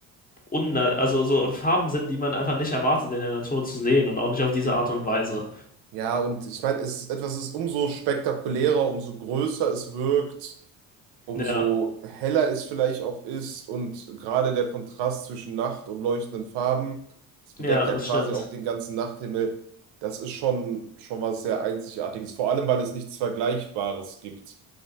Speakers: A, on the left; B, on the right.
A: unna also so Farben sind, die man einfach nicht erwartet, in der Natur zu sehen und auch nicht auf diese Art und Weise.
B: Ja, und ich meine, es ist etwas ist umso spektakulärer, umso größer es wirkt, umso
A: Ja,
B: heller es vielleicht auch ist und gerade der Kontrast zwischen Nacht und leuchtenden Farben, das bedeckt
A: ja, das
B: ja quasi
A: stimmt.
B: auch den ganzen Nachthimmel. Das ist schon, schon was sehr Einzigartiges, vor allem weil es nichts Vergleichbares gibt.